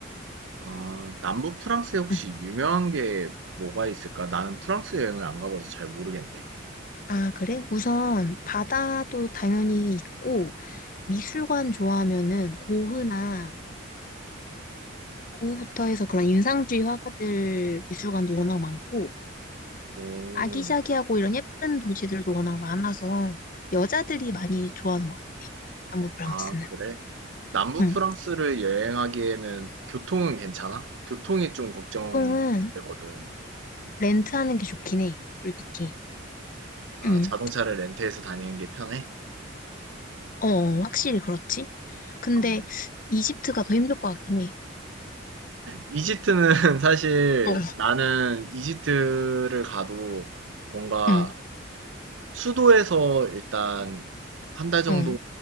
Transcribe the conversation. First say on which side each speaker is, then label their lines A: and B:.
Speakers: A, on the right; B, on the left.
A: 아, 남부 프랑스에 혹시
B: 응.
A: 유명한 게 뭐가 있을까? 나는 프랑스 여행을 안 가봐서 잘 모르겠네.
B: 아, 그래? 우선 바다도 당연히 있고, 미술관 좋아하면은 고흐나 고흐부터 해서 그런 인상주의 화가들 미술관도 워낙 많고,
A: 오,
B: 아기자기하고 이런 예쁜 도시들도 워낙 많아서 여자들이 많이 좋아하는 것 같아, 남부 프랑스는.
A: 아, 그래? 남부
B: 응.
A: 프랑스를 여행하기에는 교통은 괜찮아? 교통이 좀 걱정되거든.
B: 보통은 렌트하는 게 좋긴 해, 솔직히.
A: 아,
B: 응.
A: 자동차를 렌트해서 다니는 게 편해?
B: 어, 어, 확실히 그렇지. 근데
A: 어,
B: 이집트가 더 힘들 것 같긴 해.
A: 이집트는 <laughs> 사실
B: 어,
A: 나는 이집트를 가도 뭔가
B: 응,
A: 수도에서 일단 한 달 정도
B: 어,